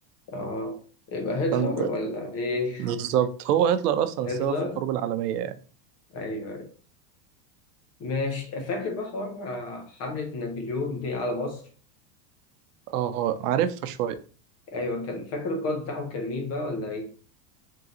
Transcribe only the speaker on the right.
فانت
بالظبط هو هتلر اصلا
السبب في الحروب العالميه
اه عارفها شوية